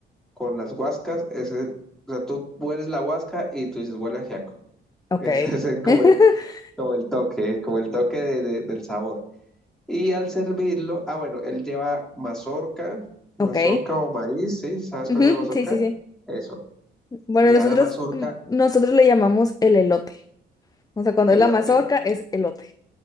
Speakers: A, in the centre; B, on the left.
A: con las guascas, ese, o sea, tú hueles la guasca y tú dices, huele a ajiaco. <laughs>
B: Ok.
A: Ese es el- como
B: <laughs>
A: el, como el toque, como el toque de- de- del sabor. Y al servirlo, ah, bueno, él lleva mazorca, mazorca
B: Ok.
A: o maíz, ¿sí? ¿Sabes
B: Ujú,
A: cuál es la mazorca?
B: Sí, sí, sí.
A: Eso.
B: Bueno,
A: Lleva
B: nosotros,
A: la mazorca,
B: mm, nosotros le llamamos el elote. O sea, cuando
A: elote.
B: es la mazorca es elote.